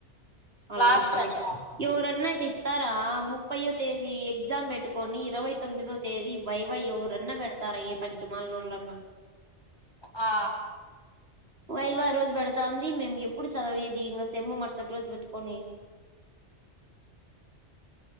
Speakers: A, on the right; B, on the left.
A: వాళ్లకు
B: లాస్ట్
A: ఇస్తంవచ్చి
B: అనేమో
A: ఏవరన్నా ఇట్ తరా ముప్పైయే తేదీ ఎగ్జామ్ పెట్టుకొని ఇరవై తొమ్మిదో తేదీ వైవ ఎవరన్నా పెడతారా ఏ పనికి మలీనోళ్ళన్నా
B: ఆ
A: వైవా రోజు పెడతా అంది మేము ఎప్పుడు చదివేది. ఇంకా సేమ్ మరుసటి రోజు పెట్టుకొని